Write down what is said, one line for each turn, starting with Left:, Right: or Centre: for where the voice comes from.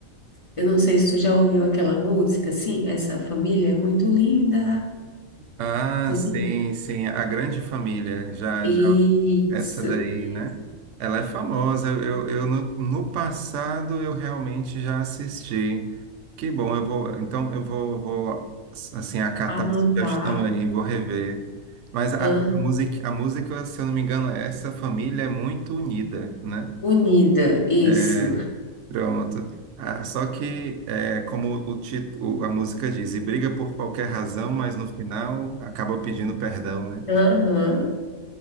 Left: Eu não sei se tu já ouviu aquela música, assim, essa família é muito linda.
Right: Ah,
Left: Muito
Right: sim,
Left: linda.
Right: sim, A Grande Família. Já,
Left: Isso,
Right: já Essa daí,
Left: isso.
Right: né? Ela é famosa. Eu, eu, eu no, no passado eu realmente já assisti. Que bom, eu vou. Então eu vou, vou assim, acatar
Left: Anotar.
Right: a sugestão aí, vou rever. Mas a,
Left: Aham.
Right: a música, a música, se eu não me engano, essa família é muito unida, né?
Left: Unida, isso.
Right: É, pronto. Ah, só que, é, como o título, a música diz, e briga por qualquer razão, mas no final acaba pedindo perdão, né?
Left: Aham.